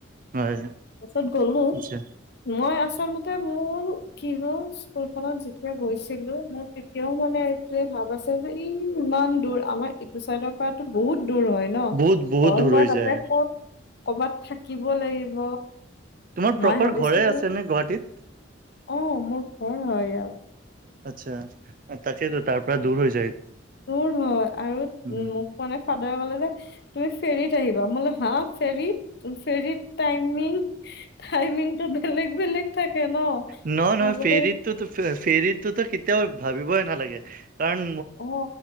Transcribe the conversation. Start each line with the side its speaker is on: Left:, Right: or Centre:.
Right: হয়
Left: তাৰপিছত গলো
Right: আচ্ছা
Left: মই আছোঁ। প্ৰথমতে মোৰ কি হ'ল স্কুলখনত যেতিয়া গৈছিলোঁ মোৰ তেতিয়াও মানে য়ে ভাব আছে যে ই ইমান দূৰ আমাৰ এইটো চাইডৰ পৰাতো বহুত দূৰ হয় ন
Right: বহুত বহুত
Left: হয়
Right: দূৰ
Left: মই
Right: হৈ
Left: তাতে
Right: যায়
Left: ক'ত ক'বাত থাকিব লাগিব।
Right: তোমাৰ প্ৰপাৰ
Left: মই ভাবিছিলো
Right: ঘৰে আছে নে গুৱাহাটীত।
Left: অ মোৰ ঘৰ হয় ইয়াত।
Right: আচ্ছা তাকেতো তাৰ পৰা দূৰ হৈছে।
Left: দূৰ হয় আৰু
Right: উম
Left: মোক মন ফাদাৰে ক'লে যে তুমি ফেৰীত আহিবা মই কলোঁ হা ফেৰীত। ফেৰীৰ টাইমিং টাইমিংটো বেলেগ বেলেগ থাকে। ন
Right: ন
Left: মই
Right: নহ
Left: বোলো
Right: ফেৰিতটো ফেৰীতোতো কেতিয়াও ভাবিবই নালাগে কাৰণ
Left: অ